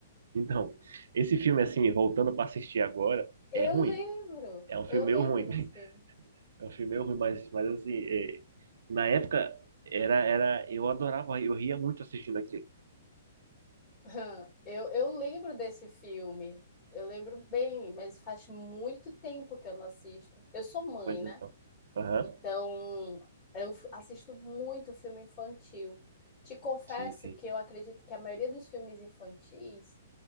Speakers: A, on the right; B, on the left.
A: Então, esse filme, assim, voltando para assistir agora,
B: Eu
A: é ruim.
B: lembro,
A: É um filme
B: eu lembro
A: meio ruim.
B: desse
A: <laughs>
B: filme.
A: É um filme meio ruim, mas, mas assim, é, na época, era, era, eu adorava, eu ria muito assistindo aquilo.
B: <laughs> Hum, Eu, eu lembro desse filme. Eu lembro bem, mas faz muito tempo que eu não assisto. Eu sou mãe,
A: Pois
B: né?
A: então. Aham.
B: Então, eu f- assisto muito filme infantil. Te confesso
A: Sim, sim.
B: que eu acredito que a maioria dos filmes infantis